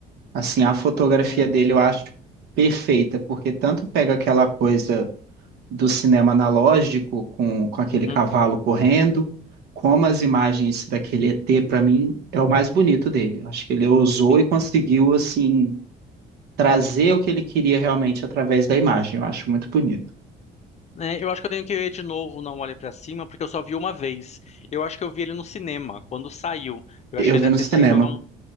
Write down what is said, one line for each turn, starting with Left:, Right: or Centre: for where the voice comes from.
Right: Assim, a fotografia
Left: Hum,
Right: dele eu acho perfeita, porque tanto pega aquela coisa do cinema analógico com, com aquele
Left: uhum,
Right: cavalo correndo, como as imagens daquele ET, para mim, é o mais bonito dele. Acho que ele ousou
Left: sim.
Right: e conseguiu, assim, trazer o que ele queria realmente através da imagem. Eu acho muito bonito.
Left: É, eu acho que eu tenho que ver de novo Não Olhe Pra Cima, porque eu só vi uma vez. Eu acho que eu vi ele no cinema, quando saiu. Eu
Right: Eu
Left: acho que ele
Right: vi
Left: deve
Right: no
Left: ter
Right: cinema.
Left: saído há